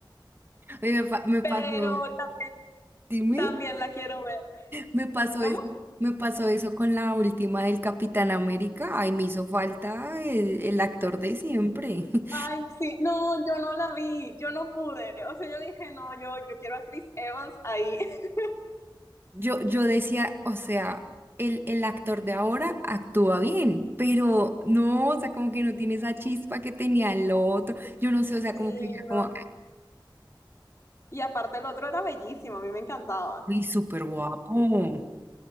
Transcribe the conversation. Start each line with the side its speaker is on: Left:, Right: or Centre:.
Right: Oye, me, pa- me
Left: pero
Right: pasó,
Left: también,
Right: dime,
Left: también la quiero ver.
Right: me pasó
Left: ¿Cómo?
Right: eso, me pasó eso con la última del Capitán América. Ay, me hizo falta el, el actor de siempre. <laughs>
Left: Ay, sí, no, yo no la vi, yo no pude, o sea, yo dije, no, yo, yo quiero a Chris Evans ahí. <laughs>
Right: Yo, yo decía, o sea, el, el actor de ahora actúa bien, pero no, o sea, como que no tiene esa chispa que tenía el otro. Yo no sé, o sea,
Left: Sí,
Right: como que ya
Left: no.
Right: como...
Left: Y aparte el otro era bellísimo, a mí me encantaba.
Right: Y súper guapo.